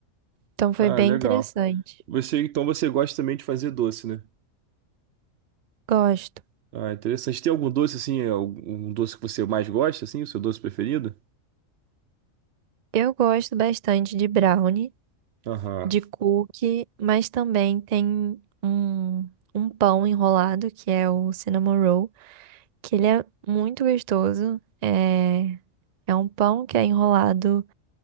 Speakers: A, on the right (about 85°); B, on the right (about 60°).
A: Então foi
B: Ah,
A: bem
B: legal.
A: interessante.
B: Você, então você gosta também de fazer doce, né?
A: Gosto.
B: Ah, interessante. Tem algum doce assim, algum doce que você mais gosta, assim, o seu doce preferido?
A: Eu gosto bastante de brownie,
B: Aham,
A: de cookie, mas também tem um, um pão enrolado, que é o cinnamon roll, que ele é muito gostoso. É, É um pão que é enrolado